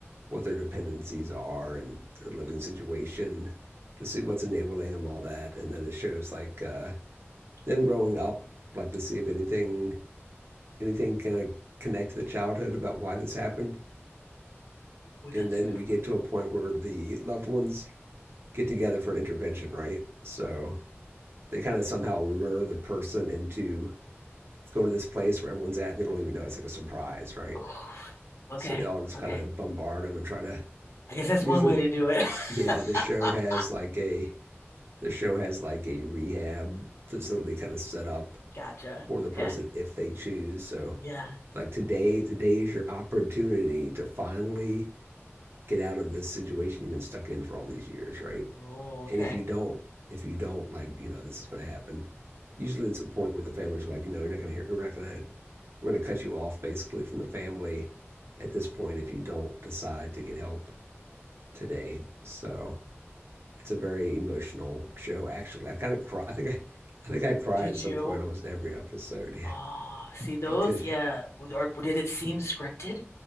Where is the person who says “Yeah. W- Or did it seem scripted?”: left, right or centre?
Left